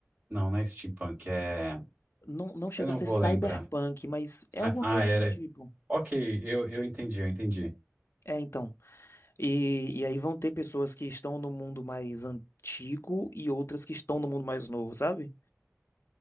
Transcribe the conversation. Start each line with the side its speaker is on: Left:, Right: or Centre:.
Right: Não, não é steampunk, é...
Left: Não, não chega
Right: Eu não
Left: a ser
Right: vou
Left: cyberpunk,
Right: lembrar.
Left: mas é
Right: Ah,
Left: alguma coisa
Right: ah, era...
Left: do tipo.
Right: Ok, eu, eu entendi, eu entendi.
Left: É, então. E, e aí vão ter pessoas que estão no mundo mais antigo e outras que estão no mundo mais novo, sabe?